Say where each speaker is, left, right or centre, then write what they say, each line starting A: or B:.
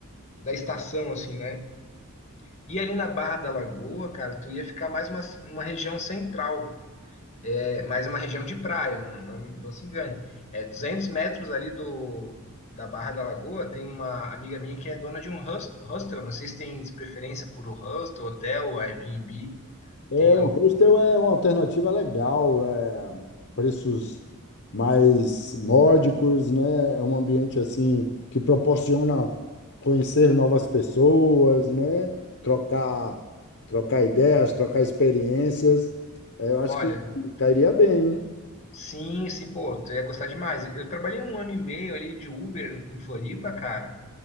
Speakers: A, on the left (about 30°); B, on the left (about 55°).
A: da estação assim, né? E ali na Barra da Lagoa, cara, tu ia ficar mais uma, uma região central, é mais uma região de praia, não, não, não se engane. É 200 metros ali do, da Barra da Lagoa, tem uma amiga minha que é dona de um hust- hostel, não sei se tem preferência por hostel, hotel, Airbnb,
B: É,
A: tem
B: o
A: algo.
B: hostel é uma alternativa legal, é preços mais módicos, né? É um ambiente assim que proporciona conhecer novas pessoas, né? Trocar, trocar ideias, trocar experiências. É, Eu acho
A: Olha,
B: que cairia bem, hein?
A: sim, sim, pô, tu ia gostar demais. Eu trabalhei um ano e meio ali de Uber em Floripa, cara.